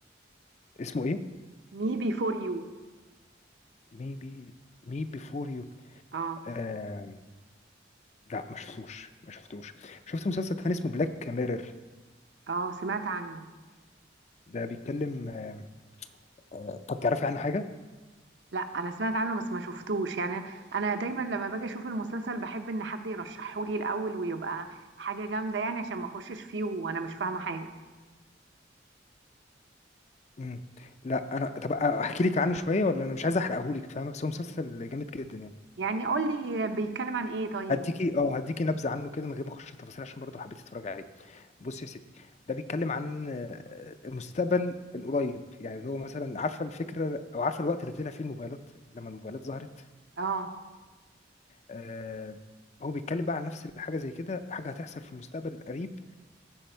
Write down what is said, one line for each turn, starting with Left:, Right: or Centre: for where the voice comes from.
Left: اسمه ايه
Right: مي بي فور يو
Left: ميبي مي بيفور يو
Right: اه
Left: آه لا ما شفتوش ما شفتوش شفت مسلسل تاني اسمه بلاك ميرور
Right: اه سمعت عنه
Left: ده بيتكلم آه آه، طب تعرفي عنه حاجه
Right: لا انا سمعت عنه بس ما شفتوش يعني انا دايما لما باجي اشوف المسلسل بحب ان حد يرشحه لي الاول ويبقى حاجه جامده يعني عشان ما اخشش فيه وانا مش فاهمه حاجه
Left: إمم. لأ أنا طَب أ أحكي لِك عنه شوية والّا أنا مش عايز أحرقه لِك فاهمة؟ بس هو مسلسل جامد جدًا يعني.
Right: يعني قول لي بيتكلم عن ايه طيب
Left: هادّيكِ آه، هادّيكِ نبذة عنه كده من غير ما أخُش في التفاصيل عشان برضه حبيتِ تتفرّجي عليه. بُصّي يا ستّي، ده بيتكلّم عن آه، المستقبل القريّب، يعني اللي هو مثلًا عارفة الفكرة أو عارفة الوقت اللي طلع فيه الموبايلات لمّا الموبايلات ظهرت؟
Right: اه
Left: آآ هو بيتكلّم بقى عن نفس الحاجة زي كده، حاجة هتحصل في المستقبل القريب،